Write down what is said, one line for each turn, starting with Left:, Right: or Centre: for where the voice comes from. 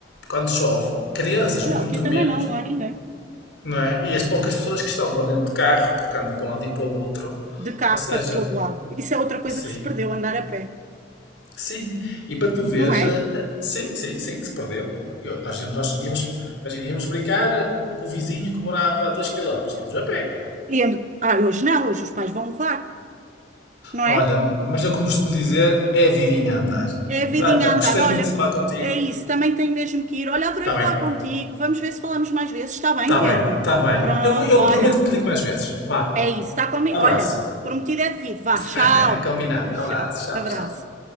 Left: quando chove, crianças
Right: Olha,
Left: muito
Right: aqui também
Left: menos,
Right: não, não há ninguém.
Left: não é? E as poucas pessoas que estão lá dentro de carro, porque andam para um lado e para o outro,
Right: De carro
Left: ou seja,
Right: para todo lado. Isso é outra coisa
Left: sim.
Right: que se perdeu, andar a pé.
Left: Sim, e para tu veres,
Right: não é?
Left: eh, eh, sim, sim, sim, que se perdeu. Eu- nós, íamos- nós íamos, imagina, íamos brincar eh, com o vizinho que morava a 2 km, íamos a pé.
Right: E eu- ah, hoje não, hoje os pais vão levar, não
Left: Olha,
Right: é?
Left: mas eu como costumo dizer, é a vidinha a andar.
Right: É a
Left: Wanda,
Right: vidinha a
Left: gostei
Right: andar,
Left: muito
Right: olha,
Left: de falar contigo.
Right: é isso, também tenho mesmo que ir. Olha, adorei
Left: Está
Right: falar
Left: bem,
Right: contigo, vamos ver se falamos mais vezes, está bem,
Left: está
Right: Pedro?
Left: bem, está bem.
Right: Pronto,
Left: Eu, vou- eu
Right: olha,
Left: prometo que te ligo mais vezes. Vá,
Right: é isso, está comigo,
Left: abraço.
Right: olha, prometido é devido, vá, tchau,
Left: <laughs> Combinado,
Right: <laughs>
Left: abraço,
Right: tchau,
Left: tchau,
Right: abraço.
Left: tchau.